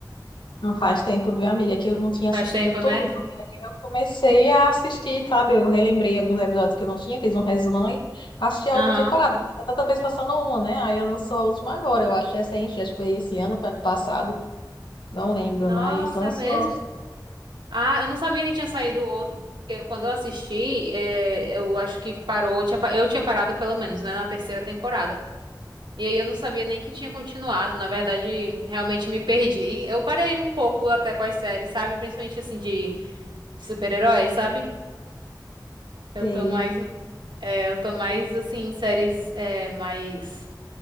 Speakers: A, on the left; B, on the right.
A: Não faz tempo, viu, amiga, que eu não tinha assistido
B: Faz tempo,
A: tudo.
B: né?
A: Eu comecei a assistir, sabe? Eu relembrei alguns episódios que eu não tinha, fiz um resumão e assisti a
B: Aham.
A: última temporada. porque tá Tanta vez passando uma, né? Aí ela lançou a última agora, eu acho recente, acho que foi esse ano, foi ano passado. Não lembro,
B: Nossa,
A: mas lançou.
B: é mesmo? Ah, eu não sabia que tinha saído outro. Eu, quando eu assisti, é, eu acho que parou. tinha pa- eu tinha parado pelo menos, né, na terceira temporada. E aí eu não sabia nem que tinha continuado. Na verdade, realmente me perdi. Eu parei um pouco até com as séries, sabe? Principalmente assim de super-heróis, sabe? Eu
A: Sei.
B: tô mais, é, eu tô mais assim em séries é, mais